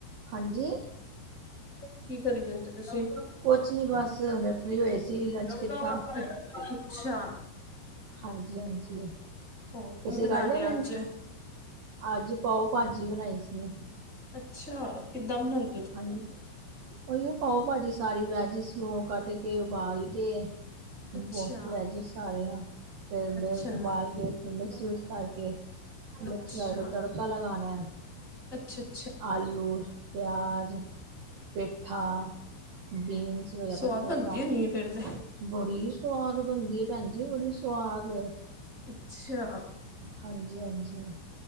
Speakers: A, on the right; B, on the left.
A: ਹਾਂਜੀ?
B: ਕੀ ਕਰੀ ਜਾਂਦੇ ਤੁਸੀਂ
A: ਕੁਛ ਨਹੀਂ ਬਸ ਉਹਨੇ ਫ੍ਰੀ ਹੋਏ ਸੀ ਲੰਚ
B: ਅੱਛਾ
A: ਕੀਤਾ। ਹਾਂਜੀ- ਹਾਂਜੀ,
B: ਹੋਰ ਕੀ
A: ਤੁਸੀਂ
B: ਬਣਾ
A: ਕਰ ਲਿਆ ਲੰਚ?
B: ਅੱਜ
A: ਅੱਜ ਪਾਓ ਭਾਜੀ ਬਣਾਈ ਸੀ।
B: ਅੱਛਾ ਕਿਦਾ ਬਣਾਈ?
A: ਹਾਂਜੀ ਉਹੀਓ ਪਾਓ ਭਾਜੀ ਸਾਰੀ ਵੈਜਿਸ ਨੂੰ ਕੱਟ ਕੇ ਉਬਾਲ ਕੇ-
B: ਅੱਛਾ
A: ਬੋਲ ਵੈਜ ਸਾਰਿਆਂ, ਫੇਰ ਮੈਂ
B: ਅੱਛਾ
A: ਉਬਾਲ ਕੇ- ਫੇਰ ਮਿਕਸ- ਵਿਕਸ ਕਰਕੇ ਮਿਕਸ
B: ਅੱਛਾ
A: ਕਰਕੇ ਤੜਕਾ ਲਗਾਨਾ ਏ।
B: ਅੱਛਾ- ਅੱਛਾ।
A: ਆਲੂ, ਪਿਆਜ਼, ਪਿੱਠਾ, ਬਿਨਸ ਵਗੈਰਾ
B: ਸਵਾਦ
A: ਸਭ
B: ਬਣਦੀ
A: ਪਾ
B: ਹੋਣੀ
A: ਕੇ।
B: ਹੈ ਫੇਰ ਤੇ
A: ਬੜੀ ਸਵਾਦ ਬਣਦੀ ਹੈ ਭੈਣ ਜੀ ਬੜੀ ਸਵਾਦ।
B: ਅੱਛਾ।
A: ਹਾਂਜੀ- ਹਾਂਜੀ।